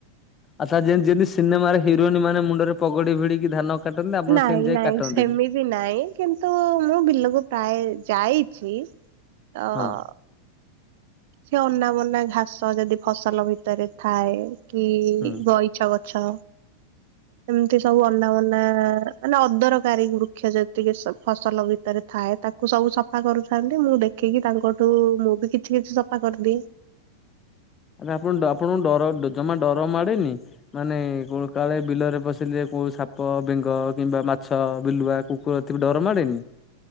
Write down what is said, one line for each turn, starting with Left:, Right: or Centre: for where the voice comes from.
Left: ଆଛା ଜେନ୍ତି ଯେନ୍ତି ସିନେମାରେ ହିରୋଇନ ମାନେ ମୁଣ୍ଡରେ ପଗଡି ଭିଡିକି ଧାନ କାଟନ୍ତି ଆପଣ
Right: ନାଇଁ
Left: ସେମିତି ଯାଇ
Right: ନାଇଁ
Left: କାଟନ୍ତିନି?
Right: ସେମିତି ନାଇଁ କିନ୍ତୁ ମୁଁ ବିଲକୁ ପ୍ରାୟ ଯାଇଛି ଅ
Left: ହଁ
Right: କି ଅନା ବନା ଘାସ ଯଦି ଫସଲ ଭିତରେ ଥାଏ କି
Left: ହୁଁ।
Right: ଗଇଛ ଗ ଛଅ ଏମିତି ସବୁ ଅନାବନା ମାନେ ଅଦରକାରୀ ବୃକ୍ଷ ଯେତିକି ଫସଲ ସ ଭିତରେ ଥାଏ ତାକୁ ସବୁ ସଫା କରୁଥାନ୍ତି ମୁଁ ଦେଖିକି ତାଙ୍କଠୁ ମୁଁ ବି କିଛି କିଛି ସଫା ସଫା କରିଦିଏ।
Left: ଆରେ ଆପଣ ଡ ଆପଣଙ୍କୁ ଡର ଜମା ଡର ମାଡେନି ମାନେ କ କାଳେ ବିଲରେ ପଶିଲେ କୋଉ ସାପ ବେଙ୍ଗ କିମ୍ବା ମାଛ ବିଲୁଆ କୁକୁର ଏଥିକୁ ଡର ମାଡ଼େନି?